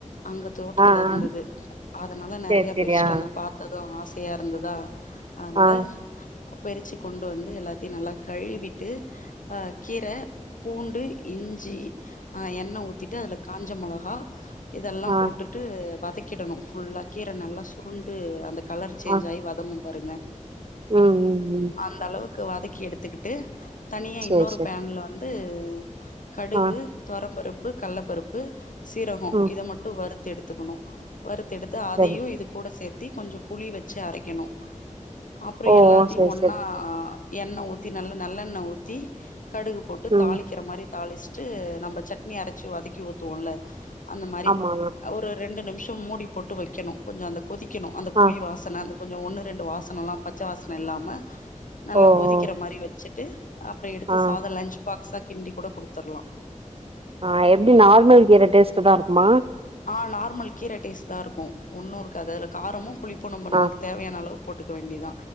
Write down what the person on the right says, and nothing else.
ஆ ஆ
சேரி சேரி
ஆ
ஆ
ஆ
ஆ
ம் ம் ம்
சேரி
சேரி
ஆ
ம்
சரி
ஓ
ஓ சரி
சரி
ம்
ஆமா
ஆ
ஓ
ஓ
ஆ
ஆ எப்டி நார்மல் கீர டேஸ்டுதா இருக்குமா
ஆ